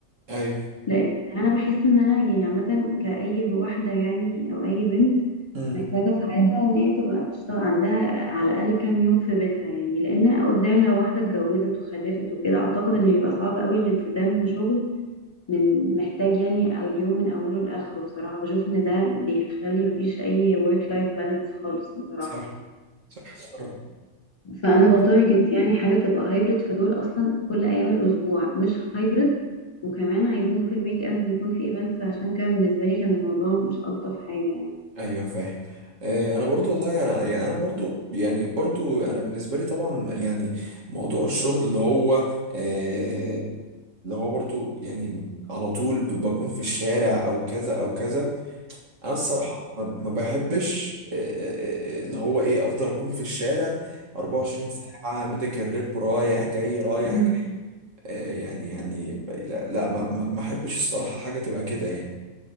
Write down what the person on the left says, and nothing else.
لأن أنا بحس إن أنا يعني عامة كأي واحدة يعني أو أي بنت
محتاجة في حياتها ان هي تبقى بتشتغل عندها على الأقل كام يوم في بيتها يعني لأن قدام لو واحدة اتجوزت وخلفت وكده أعتقد انه بيبقى صعب قوي الالتزام بشغل من محتاج يعني أو اليوم من أوله لآخره بصراحة بشوف ان ده بيخلي مفيش أي work life balance خالص بصراحة
فأنا
بتارجت يعني حاجة تبقى هايبرد فدول أصلا كل أيام الأسبوع مش هايبرد وكمان عايزين في الويك اندز يكون في ايفنتس عشان كده بالنسبة لي كان الموضوع مش ألطف حاجة يعني
امم